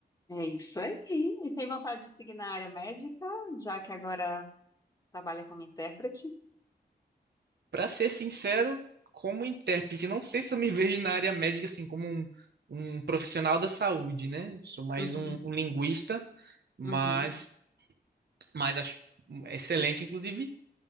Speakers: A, on the left (about 20°); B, on the right (about 70°).
A: é isso aí. E tem vontade de seguir na área médica, já que agora trabalha como intérprete?
B: Pra ser sincero, como intérprete, não sei se eu me <laughs> vejo na área médica assim como um, um profissional da saúde, né? Sou mais
A: Uhum,
B: um, um linguista, mas,
A: uhum.
B: mas acho excelente. Inclusive,